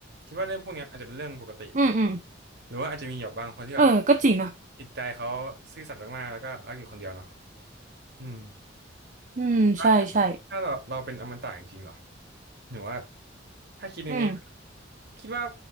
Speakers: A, on the right (about 60°); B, on the right (about 40°).
A: คิดว่าเรื่องพวกเนี้ยอาจจะเป็นเรื่องปกติ
B: อืมอืม
A: หรือว่าอาจจะมีแบบบางคนที่แบบ
B: เออก็จริงนะ
A: จิตใจเขาซื่อสัตย์มากๆแล้วก็รักอยู่คนเดียวเนาะอืม
B: อืมใช่ใช่
A: คิดว่าถ้าเราเราเป็นอมตะจริงๆเหรอหรือว่าถ้าคิดอย่างเงี้ย
B: อืม
A: คิดว่า